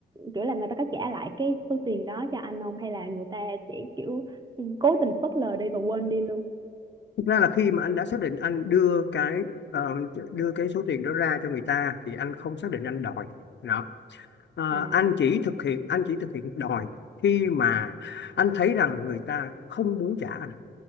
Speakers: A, on the right; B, on the left.
A: kiểu là người ta có trả lại cái số tiền đó cho anh không hay là người ta sẽ kiểu cố tình phớt lờ đi và quên đi luôn
B: Thực ra là khi mà anh đã xác định anh đưa cái ờ, đưa cái số tiền đó ra cho người ta thì anh không xác định anh đòi đó Ờ,
A: à
B: anh chỉ thực hiện anh chỉ thực hiện đòi khi mà anh thấy rằng người ta không muốn trả anh